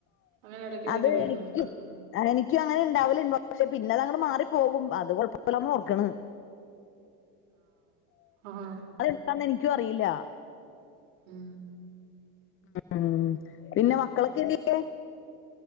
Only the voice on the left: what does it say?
അത്
എനിക്കും എനിക്കും അങ്ങനെ ഇണ്ടാവലണ്ടോ പക്ഷെ പിന്നെ അത് അങ്ങ മാറി പോകും അത് കൊഴപ്പമില്ല ന്നോർക്കണ്
എന്താന്ന് എനിക്കും അറിയില്ല
ഉം പിന്നെ മക്കളൊക്കെ എന്തിയെ?